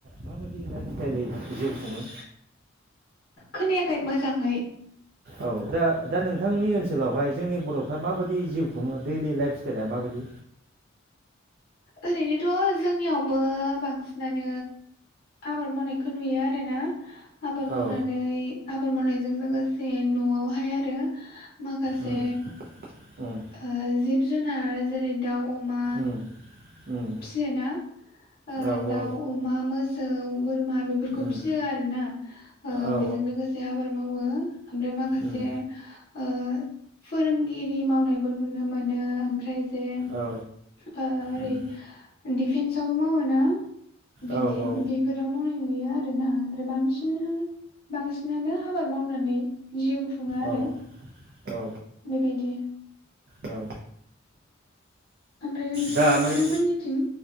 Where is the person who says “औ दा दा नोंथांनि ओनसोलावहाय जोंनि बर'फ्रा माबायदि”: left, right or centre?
Right